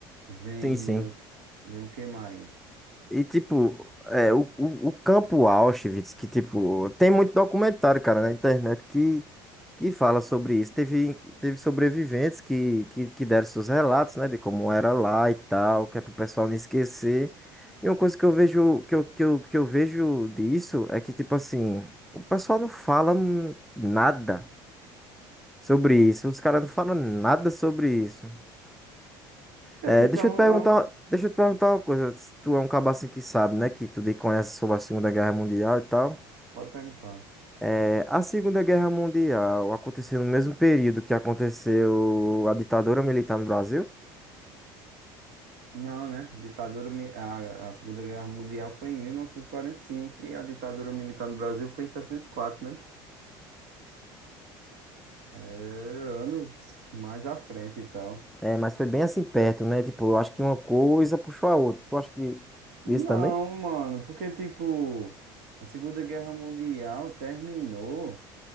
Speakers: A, on the right; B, in the centre.
A: vem
B: Sim, sim.
A: o, vem o que mais?
B: E, tipo, é, o, o, o campo Auschwitz, que, tipo, tem muito documentário, cara, na internet que, que fala sobre isso. Teve, teve sobreviventes que, que, que deram seus relatos, né, de como era lá e tal, que é pro pessoal não esquecer. E uma coisa que eu vejo, que eu, que eu, que eu vejo disso é que, tipo assim, o pessoal não fala hum, nada sobre isso. Os caras não falam nada sobre isso.
A: É
B: É,
A: tipo,
B: deixa
A: é um,
B: eu te perguntar,
A: é um...
B: deixa eu te perguntar uma coisa. Se tu é um cabo assim que sabe, né? Que tu de- conhece sobre a Segunda Guerra Mundial e tal.
A: Pode perguntar.
B: É, a Segunda Guerra Mundial aconteceu no mesmo período que aconteceu a ditadura militar no Brasil.
A: Não, né? Ditadura, mi- a, a Segunda Guerra Mundial foi em mil novecentos e quarenta e e cinco e a ditadura militar no Brasil foi em 64, né? É, anos mais à frente e tal.
B: É, mas foi bem assim perto, né? Tipo, eu acho que uma coisa puxou a outra. Tu acha que
A: Não,
B: isso também?
A: mano, porque tipo, a Segunda Guerra Mundial terminou.